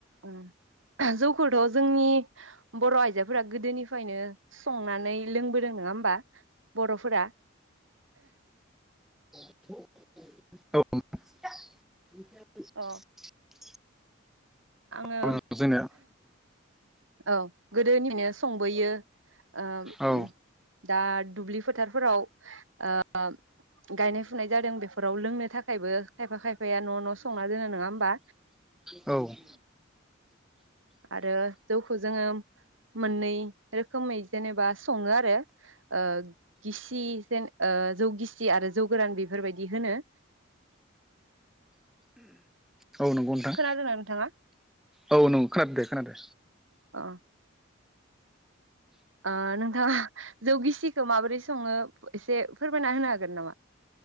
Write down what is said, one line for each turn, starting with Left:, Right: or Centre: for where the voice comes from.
Right: ओ जौखौथ जोंनि बर'आइजोफोरा गोदोनिफ्रायनो संनानै लोंबोदों नङा होमबा बर'फोरा।
Centre: <inaudible> <inaudible> <inaudible>
Right: अ आङो
Centre: औ जोंनिया
Right: औ गो दोनिफायनो संबोयो ओम
Centre: औ
Right: दा दुब्लि फोथारफोराव ओ गायनाय फुनाय जादों बेफोराव लोंनो थाखायबो खायफा खायफाया न' न' संना दोनो नङा होमबा?
Centre: औ।
Right: आरो जौखौ जोङो मोननै रोखोमै जेनेबा सङो आरो ओ गिसि जेन ओ जौ गिसि आरो जौ गोरान बेफोर बायदि होनो।
Centre: औ नंगौ नोंथां
Right: खोनादोंना नोंथाङा?
Centre: औ नंगौ खोनादो दे खोनादो।
Right: अ ओ नोंथाङा जौ गिसिखौ माबोरै सङो एसे फोरमायना होनो हागोन नामा?